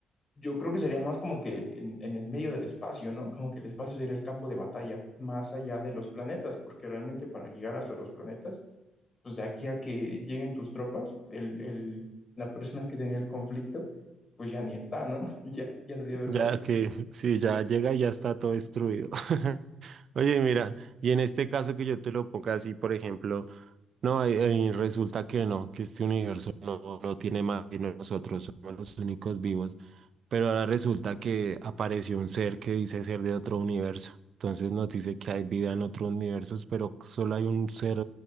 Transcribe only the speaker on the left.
yo creo que sería más como que en, en el medio del espacio, ¿no? Como que el espacio sería el campo de batalla, más allá de los planetas, porque realmente para llegar hasta los planetas, pues de aquí a que lleguen tus tropas, el, el- la persona que tenía el conflicto, pues ya ni está, ¿no? <laughs> Ya, ya debió haber
fallecido.